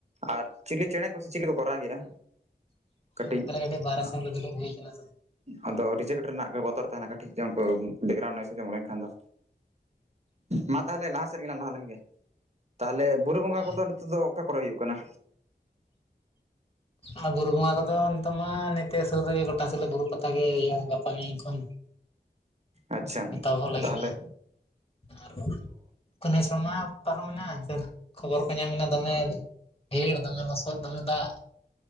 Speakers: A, on the right (about 40°); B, on the left (about 30°).
A: ᱟᱨ ᱪᱤᱞᱤ ᱪᱮᱬᱮ ᱠᱚᱥᱮ ᱪᱤᱞᱤ ᱠᱚᱠᱚ ᱨᱟᱜᱽ ᱜᱮ-ᱟ? ᱠᱟᱹᱴᱤᱡᱽ
B: ᱱᱚᱛᱮ ᱨᱮ ᱠᱟᱹᱴᱤᱡ ᱵᱟᱨᱦᱮ ᱥᱮᱱ
A: ᱟᱸᱜ
B: ᱨᱮ ᱫᱩᱲᱩᱵ ᱦᱩᱭ ᱠᱟᱱᱟ ᱥᱮ
A: ᱟᱫᱚ ᱨᱤᱡᱮᱠᱴ ᱨᱮᱱᱟᱜ ᱜᱮ ᱵᱚᱛᱚᱨ ᱛᱟᱦᱮᱱᱟ, ᱠᱟᱹᱴᱤᱡᱽ ᱩᱱᱠᱩ ᱵᱮᱜᱨᱟᱩᱱ ᱱᱟᱭᱮᱡ ᱟᱸᱡᱚᱢ ᱞᱮᱱ ᱠᱷᱟᱱ ᱫᱚ᱾ ᱢᱟ ᱛᱟᱦᱮᱞᱮ ᱞᱟᱦᱟ ᱥᱮᱫ ᱜᱮᱞᱟᱝ ᱞᱟᱦᱟ ᱞᱮᱱᱜᱮ, ᱛᱟᱦᱮᱞᱮ ᱵᱩᱨᱩ ᱵᱚᱸᱜᱟ
B: ᱦᱳᱭ
A: ᱠᱚᱫᱚ ᱱᱤᱛ ᱛᱚ ᱚᱠᱟ ᱠᱚᱨᱮ ᱦᱩᱭᱩᱜ ᱠᱟᱱᱟ?
B: ᱟᱨ ᱵᱩᱨᱩ ᱵᱚᱸᱜᱟ ᱠᱚᱫᱚ ᱱᱤᱛᱚᱜ ᱢᱟ ᱱᱚᱛᱮ ᱥᱩᱨ ᱨᱮᱜᱮ, ᱜᱚᱴᱟ ᱥᱤᱞᱟᱹ ᱵᱩᱨᱩ ᱯᱟᱛᱟ ᱜᱮ, ᱤᱭᱟᱹᱼᱟ ᱜᱟᱯᱟ ᱢᱮᱭᱧ ᱠᱷᱚᱱ᱾
A: ᱟᱪᱷᱟ
B: ᱮᱛᱚᱦᱚᱵᱚᱜ ᱞᱟᱹᱜᱤᱫ
A: ᱛᱟᱦᱞᱮ
B: ᱟᱨ ᱦᱚ ᱠᱟᱹᱱᱦᱟᱹᱭᱥᱚᱲ ᱢᱟ ᱯᱟᱨᱚᱢᱮᱱᱟ <unintelligible> ᱠᱷᱚᱵᱚᱨ ᱠᱚ ᱧᱟᱢ ᱮᱱᱟ ᱫᱚᱢᱮ ᱦᱮᱲ ᱫᱚᱢᱮ ᱞᱚᱥᱚᱫ ᱫᱚᱢᱮ ᱫᱟᱜ